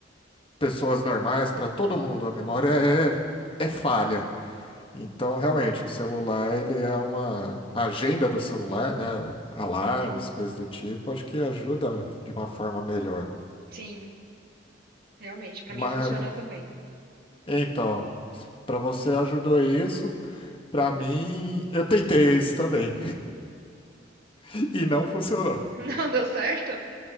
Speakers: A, on the left; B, on the right.
A: pessoas normais, para todo mundo, a memória é, é falha. Então, realmente, o celular, ele é uma a agenda do celular, né? Alarmes, coisas do tipo, acho que ajuda de uma forma melhor.
B: Sim, realmente, para
A: Mas,
B: mim funciona também.
A: então, para você ajudou isso, para mim, eu tentei isso também <laughs> e não funcionou.
B: <laughs> Não deu certo?